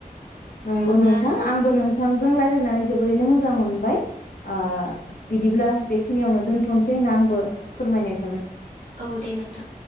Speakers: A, on the left (about 70°); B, on the right (about 50°).
A: नंगौ
B: अब्ला
A: नोंथां आंबो नोंथांजों रायलायनानै जोबोरैनो मोजां मोनबाय ओ बिदिब्ला बेखिनियावनो दोन्थ'नोसै होनना आंबो फोरमायनाय थाबाय
B: औ दे नोंथां